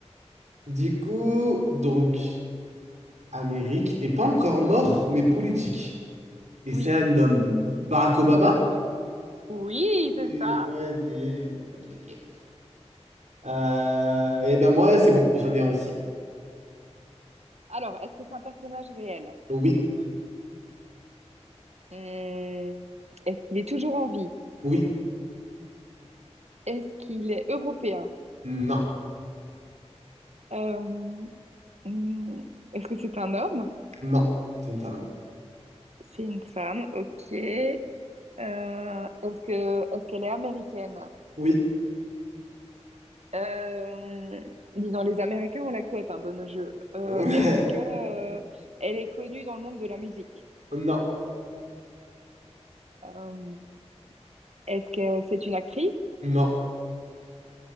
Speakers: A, on the right; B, on the right.
A: du coup, donc, Amérique est pas encore mort, mais politique. Et
B: Oui,
A: c'est un homme. Barack Obama?
B: ouais. Oui,
A: Et-
B: c'est ça.
A: ouais, Ok, ok, ok. Euh, et ben moi, c'est bon, j'en ai un aussi.
B: Alors, est-ce que c'est un personnage réel?
A: Oui,
B: Hmm, Est-ce qu'il est toujours en vie?
A: oui,
B: Est-ce qu'il est européen?
A: non,
B: Euh, hmm, Est-ce que c'est un homme?
A: non, c'est une femme.
B: C'est une femme, ok. Euh, est-ce que est-ce qu'elle est américaine?
A: Oui,
B: Euh, dis donc, les Américains ont la cote hein, dans nos jeux. Euh,
A: <laughs>
B: est-ce que euh, elle est connue dans le monde de la musique?
A: non,
B: Euh, est-ce que c'est une actrice?
A: non,